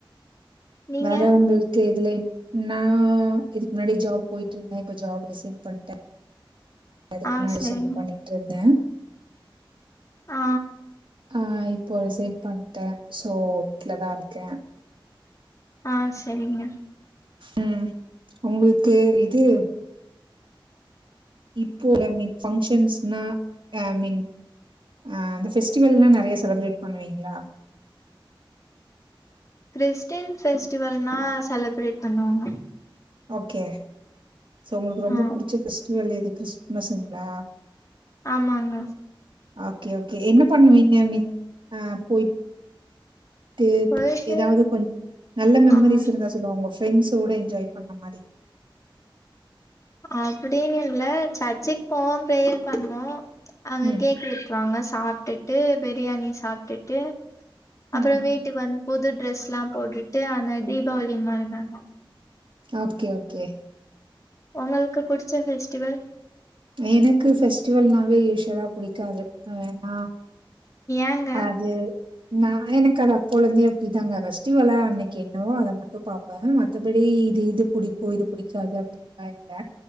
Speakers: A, on the left; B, on the right.
A: நீங்க
B: வேற உங்களுக்கு எதுல நா இதுக்கு முன்னாடி ஜாப் போய்ட்டு இருந்தே இப்ப ஜாப் ரீசாயின் பண்ணிட்டே அதுக்கு
A: ஆ
B: முன்னாடி
A: செரிங்க
B: சும் பண்ணிட்டு இருந்த
A: ஆ
B: ஆ இப்போ ரீசைன் பண்ட்ட சோ வீட்டுலதா இருக்க
A: ஆ சரிங்க
B: உம் உங்களுக்கு இது இப்போ மீன் பங்க்ஷன்ஸ்னா ஐ மீன் அ இந்த பெஃபெஸ்டிவெல்னா நறைய செலிப்ரேட் பண்ணுவீங்களா
A: கிறிஸ்டன் பெஸ்டிவல்னா செலிப்ரேட் பண்ணுவோங்க
B: ஓகே சோ உங்களுக்கு ரொம்ப
A: ஆ
B: புடிச்ச பெஸ்டிவல் எது கிறிஸ்மஸ்ங்களா
A: ஆமாங்க
B: ஓகே ஓகே என்ன பண்ணுவீங்க மீ ஆ போய் டு
A: போயிட்டு
B: ஏதாவது கொஞ் நல்ல மெமரிஸ்
A: ஆமா
B: இருந்தா சொல்லுங்க உங் ஃப்ரெண்ட்ஸோட என்ஜாய் பண்ண மாரி
A: அப்டின்னு இல்ல சர்ச்சைக்கு போவோ பிரேயர் பண்ணுவோ அங்க
B: ம்,
A: கேக் வெட்டுவாங்க சாப்ட்டுட்டு பிரியாணி சாப்ட்டுட்டு அப்புற
B: ம்.
A: வீட்டுக்கு வந்து புது ட்ரெஸ் எல்லா போட்டுட்டு ஆன தீபாவளி மாரி தாங்க
B: ஓகே ஓகே
A: உங்களுக்கு புடிச்ச பெஃஸ்டிவல்
B: எனக்கு ஃபெஸ்டிவல்னாலே யூசுவலா புடிக்காது எனா
A: ஏங்க
B: அது ந எனக்கு அது அப்பழுந்தே அப்படிதாங்க பெஸ்டிவலா அன்னைக்கு என்னவோ அத மட்டு பாப் ப்ப மத்தபடி இது இது புடிக்கு இது புடிக்காது அப்டின்ல்லா இல்ல